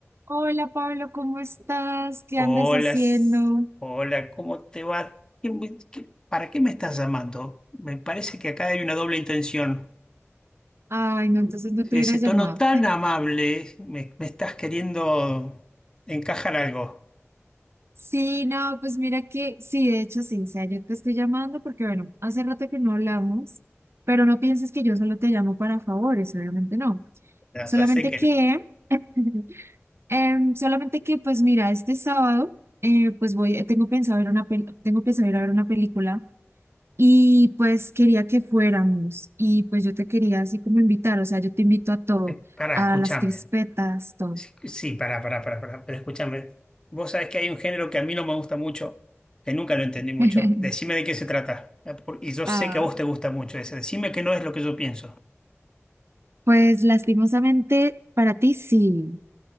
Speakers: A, on the right; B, on the left.
A: Hola Pablo, ¿cómo estás? ¿Qué
B: Hola,
A: andas haciendo?
B: s- hola, ¿cómo te va? ¿Qué me- qué- ¿Para qué me estás llamando? Me parece que acá hay una doble intención.
A: Ay, no, entonces no te hubiera
B: Ese
A: llamado.
B: tono tan amable, me, me estás queriendo encajar algo.
A: Sí, no, pues mira que sí, de hecho sí, o sea, yo te estoy llamando porque, bueno, hace rato que no hablamos, pero no pienses que yo solo te llamo para favores, obviamente no.
B: Ya,
A: Solamente
B: ya sé que
A: que,
B: no.
A: <laughs> em, solamente que, pues mira, este sábado, eh, pues voy, tengo pensado ir a una, pel- tengo pensado ir a ver una película Y pues quería que fuéramos y pues yo te quería así como invitar, o sea, yo te invito a todo,
B: Eh, Pará,
A: a
B: escúchame.
A: las crispetas, todo.
B: Sí, sí, pará, pará, pará, pará, pero escúchame. Vos sabés que hay un género que a mí no me gusta mucho, que nunca lo entendí mucho.
A: <laughs>
B: Decime de qué se trata. Eh, por- Y yo
A: Ah,
B: sé que a vos te gusta mucho ese. Decime que no es lo que yo pienso.
A: pues lastimosamente para ti sí,